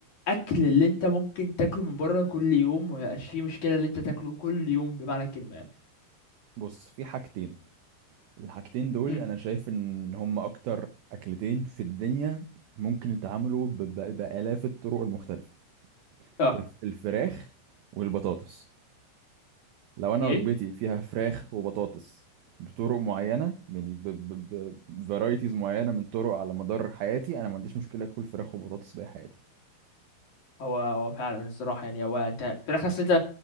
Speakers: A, on the left; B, on the right.
A: الاكل اللي انت ممكن تاكله من بره كل يوم وميبقاش فيه مشكله اللي انت تاكله كل يوم بمعنى الكلمه يعني
B: بص في حاجتين الحاجتين دول
A: امم
B: انا شايف ان هم اكتر اكلتين في الدنيا ممكن يتعاملوا ب- ب- بالاف الطرق المختلفه
A: اه
B: الف- الفراخ والبطاطس لو انا
A: ايه
B: وجبتي فيها فراخ وبطاطس بطرق معينه يعني بفرايتيز معينه من طرق على مدار حياتي انا ما عنديش مشكله اكل فراخ وبطاطس باقي حياتي
A: هو هو فعلا الصراحه يعني هو انت فراخ اصل انت